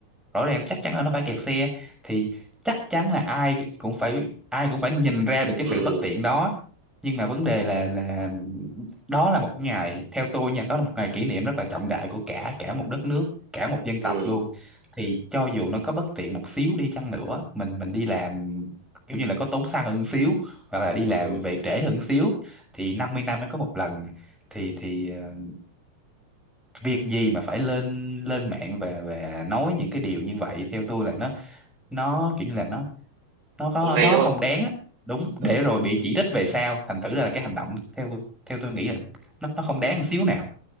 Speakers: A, in the centre; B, on the right.
A: rõ ràng chắc chắn là nó phải kẹt xe thì chắc chắn là ai cũng phải ai cũng phải nhìn ra được cái
B: ừ
A: sự bất tiện đó nhưng mà vấn đề là là đó là một ngày theo tôi nha đó là một ngày kỷ niệm rất là trọng đại của cả cả một đất nước cả một dân
B: ừ
A: tộc luôn thì cho dù nó có bất tiện một xíu đi chăng nữa mình mình đi làm kiểu như là có tốn xăng hơn xíu hoặc là đi làm
B: ừ
A: về trễ hơn xíu thì 50 năm mới có một lần thì thì ờ, việc gì mà phải lên lên mạng và và nói những cái điều như vậy theo tôi là nó nó kiểu như là nó nó có
B: không hay
A: nó
B: đúng
A: không
B: không
A: đáng á. đúng để
B: ừ
A: rồi bị chỉ trích về sau thành thử ra là cái hành động theo theo tôi nghĩ là nó nó không đáng một xíu nào